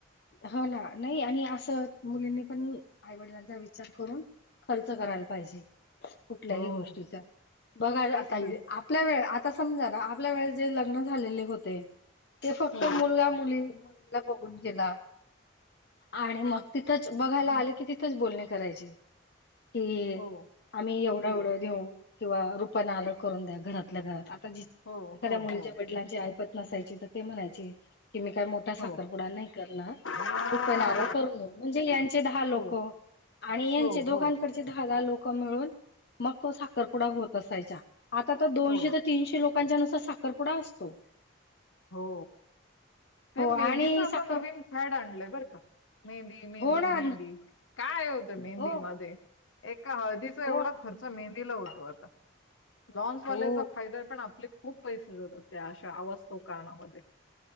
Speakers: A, on the left; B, on the left.
A: हो ना, नाही आणि अस मुलींनी पण आईवडिलांचा विचार करून खर्च करायला पाहिजे. कुठल्याही
B: हो
A: गोष्टीचा. बघा ना
B: तेच
A: ताई
B: तर
A: आप पल्या वेळ आता समजा. आपल्या वेळेस जे लग्न झालेले होते. ते फक्त
B: हो
A: मुलगा मुली मुलीला बघून गेला. आणि मग
B: हा
A: तिथ तिथच. बघायला आले कि तिथंच बोलणी करायची कि,
B: हो
A: आम्ही एवढं एवढं देऊ, किंवा रूप नारळ करून द्या. घरातल्या घरात. आता ज एखाद्या
B: हो हो
A: मुलीच्या
B: हो
A: वडिलांची आईपत नसायची. तर ते म्हणायचे की, मी काय मो ठा साखरपुडा
B: हो
A: नाही करणार.
B: हा,
A: रुपया नारळ करून देऊ. म्हणजे यांचे दहा लोक
B: हो
A: आणि यांचे
B: हो
A: दोघांकडचे
B: हो
A: दहा दहा लोक मिळून. मग तो साखरपुडा होत असायचा. आता तर दोनशे
B: हो
A: ते तीनशे लोकांच्या नुसार साखरपुडा असतो.
B: हो. ते
A: हो आणि
B: मेहंदीच आता
A: साखर
B: नवीन फॅड आणलंय बर का. मेहंदी मेहंदी
A: हो ना
B: मेहंदी. काये ओ त्या मेहंदी
A: हो
B: मध्ये? एका हळदीचा
A: हो
B: एवढा
A: ना
B: खर्च मेहंदीला होतो आता. लॉन्सवाल्याचा
A: हो
B: फायदाय. पण आपले खूप पैसे जातात. त्या अशा अवास्तव कारणामध्ये.